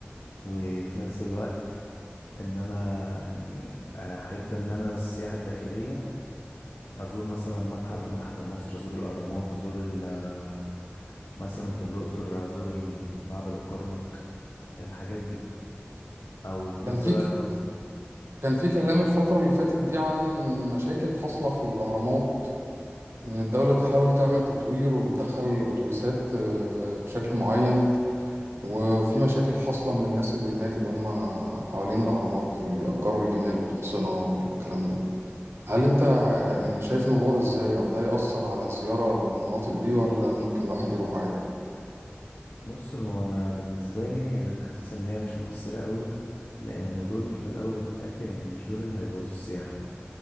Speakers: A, on the left; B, on the right.
A: وفي نفس الوقت ان انا يعني احب ان انا السياحة الداخلية ازور مثلا متحف المتحف المصري ازور الاهرامات ازور ال- آه، مثلا في الاقصر ازور معبد الكرنك الحاجات دي او في
B: كان
A: نفس
B: في
A: الوقت مثلا
B: كان في كلام الفترة اللي فاتت دي عن مشاكل حاصلة في الأهرامات إن الدولة بتحاول تعمل تطوير وبتدخل أتوبيسات آه، بشكل معين وفي مشاكل حاصلة من الناس اللي هناك اللي هم حوالين الأهرامات اللي بيأجروا الجمال والحصنة والكلام ده هل أنت يعني شايف الموضوع ده إزاي أو ده يأثر على الزيارة للمناطق دي ولا ممكن الواحد يروح عادي؟
A: بص هو انا بالنسبه لي يعني انا حاسس ان هي مش مؤثره قوي لان دول في الاول وفي الاخر يعني مش دول اللي هيبوظوا السياحه